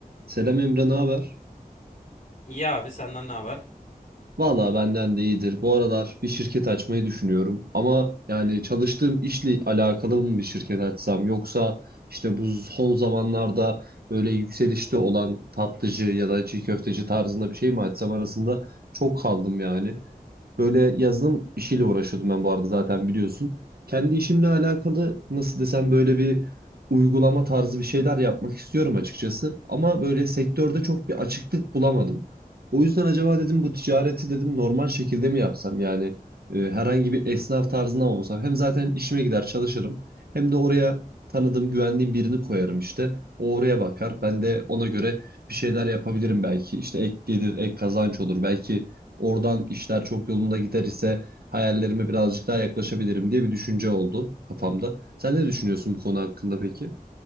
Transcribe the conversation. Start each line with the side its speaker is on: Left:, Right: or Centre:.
Right: Selam Emre, ne haber?
Left: İyi abi senden ne haber?
Right: Valla benden de iyidir. Bu aralar bir şirket açmayı düşünüyorum. Ama yani çalıştığım işle alakalı mı bir şirket açsam yoksa işte bu son zamanlarda böyle yükselişte olan tatlıcı ya da çiğ köfteci tarzında bir şey mi açsam arasında çok kaldım yani. Böyle yazılım işiyle uğraşıyordum ben bu arada zaten biliyorsun. Kendi işimle alakalı nasıl desem böyle bir uygulama tarzı bir şeyler yapmak istiyorum açıkçası. Ama böyle sektörde çok bir açıklık bulamadım. O yüzden acaba dedim bu ticareti dedim normal şekilde mi yapsam yani e, herhangi bir esnaf tarzında mı olsam. Hem zaten işime gider çalışırım hem de oraya tanıdığım güvendiğim birini koyarım işte. O oraya bakar ben de ona göre bir şeyler yapabilirim belki. işte ek gelir ek kazanç olur belki Oradan işler çok yolunda gider ise hayallerime birazcık daha yaklaşabilirim diye bir düşünce oldu kafamda. Sen ne düşünüyorsun bu konu hakkında peki?